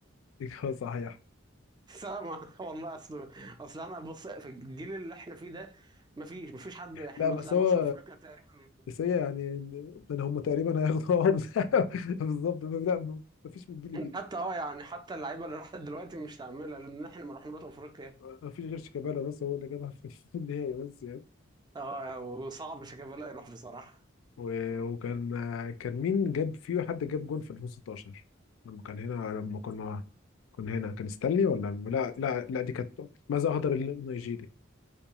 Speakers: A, on the left (about 80°); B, on the right (about 20°).
A: إجابة صحيح
B: سامع <laughs> والله اصل اصل انا بص في الجيل اللي احنا فيه ده ما فيش ما فيش حد احنا
A: لا
B: ما
A: بس
B: طلعناش
A: هو
B: افريقيا تقريبا
A: بس هي يعني يعني هم تقريبا هياخدوا <laughs> اه بس- بالظبط لا مفيش من جيل جديد
B: حتى اه يعني حتى اللعيبه اللي راحت دلوقتي مش تعملها لان احنا ما رحناش افريقيا
A: مفيش غير شيكابالا بس هو اللي جابها في في النهائي بس يعني.
B: اه وصعب شيكابالا يروح بصراحه
A: و- وكان كان مين جاب فيه حد جاب جون في 2016 لما كان هنا لما كنا كنا هنا كان ستانلي ولا لا لا لا دي كانت ماذا أهدر النيجيري